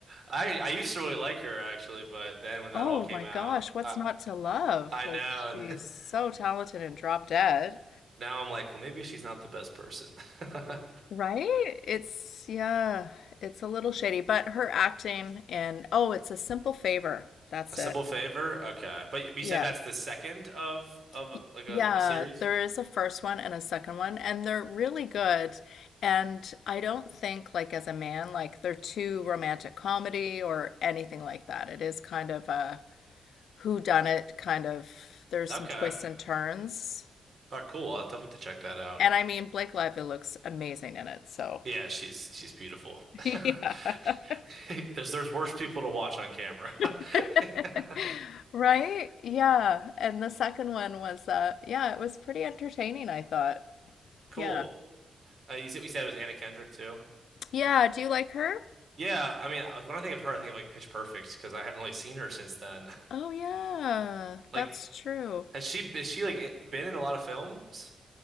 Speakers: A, on the right (about 55°); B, on the left (about 75°).
A: I I used to really like her actually, but then when that
B: Oh
A: all came
B: my
A: out,
B: gosh, what's
A: I
B: not to love?
A: I
B: Like,
A: know and
B: she's
A: <laughs>
B: so talented and drop dead.
A: now I'm like, well maybe she's not the best person. <laughs> A
B: Right? It's, yeah, it's a little shady, but her acting and, oh, it's a simple favor. That's
A: simple
B: it.
A: favor? Okay. But y- you
B: Yeah.
A: said that's the second of of
B: Y-
A: like
B: Yeah,
A: a, a series?
B: there is a first one and a second one, and they're really good. And I don't think, like, as a man, like, they're too romantic comedy or anything like that. It is kind of a whodunit kind of, there's
A: Okay.
B: some twists
A: All
B: and turns.
A: right, cool. I'll definitely have to check that out.
B: And I mean, Blake Lively looks amazing in it, so
A: Yeah, she's she's beautiful.
B: <laughs> yeah.
A: <laughs> There's there's worse people to watch on camera.
B: <laughs>
A: <laughs>
B: Right? Yeah. And the second one was, uh, yeah, it was pretty entertaining, I thought.
A: Cool.
B: Yeah.
A: Uh, you said we said it was Anna Kendrick too.
B: Yeah. Do you like her?
A: Yeah, I mean, when I think of her, I think of like Pitch Perfect because I haven't really seen her since then. <laughs>
B: Oh, yeah,
A: Like,
B: that's true.
A: has she is she like been in a lot of films?